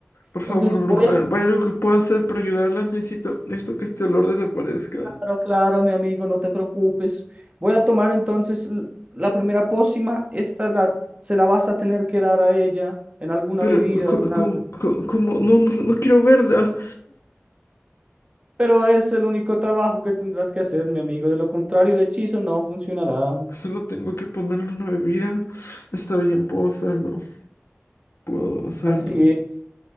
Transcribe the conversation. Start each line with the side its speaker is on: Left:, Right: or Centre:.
Left: Por
Right: Entonces
Left: favor,
Right: voy
Left: bruja,
Right: a,
Left: ¿hay algo que pueda hacer para ayudarla. Necesito, necesito que este olor desaparezca.
Right: claro, claro, mi amigo, no te preocupes. Voy a tomar entonces l- la primera pócima. Esta la, se la vas a tener que dar a ella en alguna
Left: Pero,
Right: bebida
Left: co-
Right: o en algo.
Left: co- co- ¿cómo? No, no, no quiero verla.
Right: Pero es el único trabajo que tendrás que hacer, mi amigo. De lo contrario, el hechizo no funcionará.
Left: Solo tengo que ponerle una bebida. Está bien, puedo hacerlo. Puedo hacerlo.
Right: Así es.